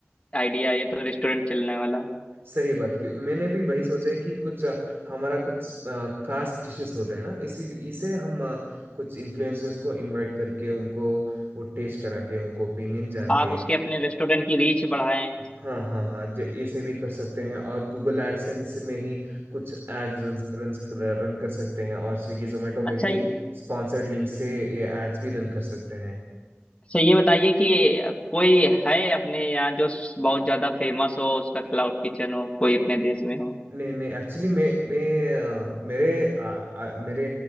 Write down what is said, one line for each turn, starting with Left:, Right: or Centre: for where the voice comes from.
Left: आइडिया ये तो रेस्टोरेंट चलने वाला
Right: सही बात की मैंने भी वही सोचा है कि कुछ अ, हमारा कुछ अ, खास डिशेस होते हैं ना इसी इसे हम अ, कुछ इन्फ्लुएंसर्स को इनवाइट करके उनको वो टेस्ट करा के उनको ओपिनियन जान
Left: आप
Right: के
Left: उसके अपने रेस्टोरेंट की रीच बढ़ाएं
Right: हाँ हाँ हाँ जे ऐसे भी कर सकते हैं और गूगल एडसेंस में ही कुछ एड रन रन रन कर सकते हैं और स्विगी जोमेटो
Left: अच्छा
Right: में भी
Left: ये-
Right: स्पॉन्सर्ड लिंक से ये एड्स भी रन कर सकते हैं
Left: अच्छा ये बताइए कि कोई है अपने यहाँ जो बहुत ज्यादा फेमस हो उसका क्लाउड किचन हो कोई अपने देश में हो
Right: नहीं नहीं एक्चुअली मैं मैं अ, मेरे आ, आ, मेरे